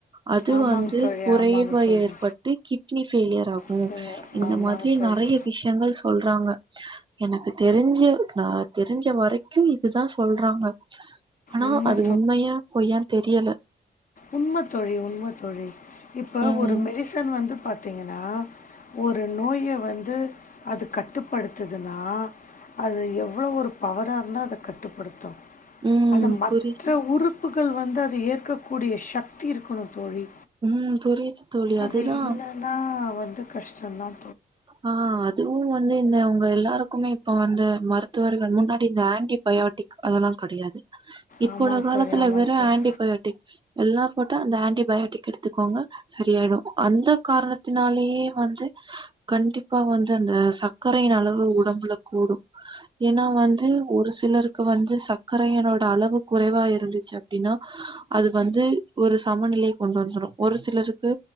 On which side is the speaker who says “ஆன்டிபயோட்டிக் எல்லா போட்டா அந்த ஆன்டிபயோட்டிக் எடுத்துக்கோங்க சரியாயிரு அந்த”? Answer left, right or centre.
Right